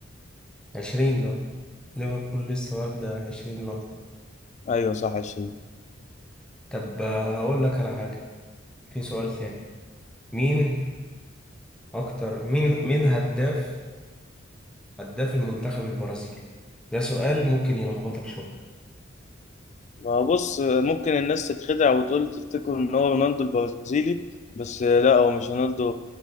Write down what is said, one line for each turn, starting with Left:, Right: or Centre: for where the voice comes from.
Centre: عشرين لقب ليفربول لسه واخدة عشرين لقب
Left: أيوه صح 20
Centre: طب آه هقول لك على حاجة في سؤال تاني مين أكتر مين مين هداف هداف المنتخب البرازيلي ده سؤال ممكن يلخبطك شوية
Left: ما بص آه، ممكن الناس تتخدع وتقول تفتكر إن هو رونالدو البرازيلي بس آه، لا هو مش رونالدو